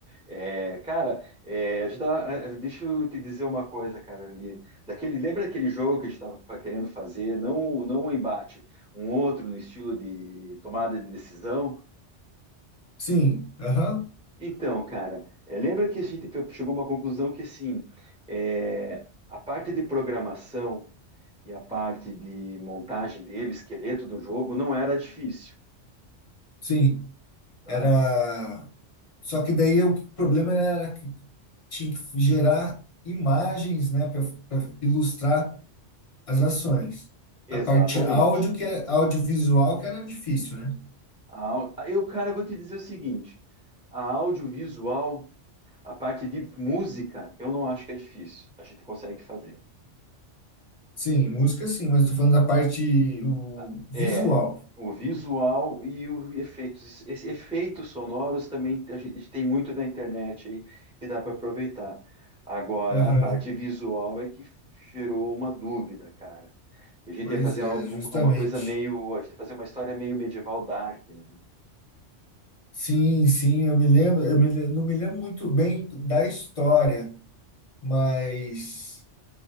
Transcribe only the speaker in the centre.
É, cara, é, a gente tava- eh, deixa eu te dizer uma coisa, cara, ali. Daquele, lembra daquele jogo que a gente estava querendo fazer? Não, não um embate, um outro no estilo de tomada de decisão?
Então, cara, eh, lembra que a gente pe- chegou a uma conclusão que, assim, eh, a parte de programação e a parte de montagem dele, esqueleto do jogo, não era difícil,
tá?
Exatamente.
A au- eu, cara, eu vou te dizer o seguinte: a audiovisual, a parte de música, eu não acho que é difícil. A gente consegue fazer.
A-
É o visual e os efeitos. Esses efeitos sonoros também a gente tem muito na internet aí e dá para aproveitar. Agora,
a parte visual é que gerou uma dúvida, cara. A gente
ia fazer
algo-
um- uma coisa meio. A gente ia fazer uma história meio medieval dark, né?